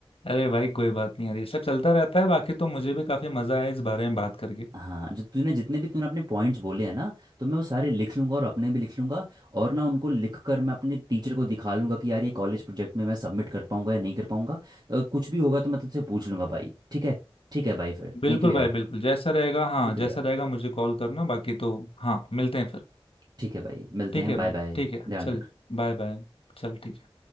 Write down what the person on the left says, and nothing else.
अरे भाई कोई बात नहीं यार ये सब चलता रहता है बाकी तो मुझे भी काफी मजा आया इस बारे में बात करके
बिल्कुल
भाई बिल्कुल जैसा रहेगा हाँ
जैसा रहेगा मुझे कॉल करना बाकी तो हाँ मिलते हैं फिर
ठीक
है
भाई
ठीक है
चल
बाय बाय चल ठीक है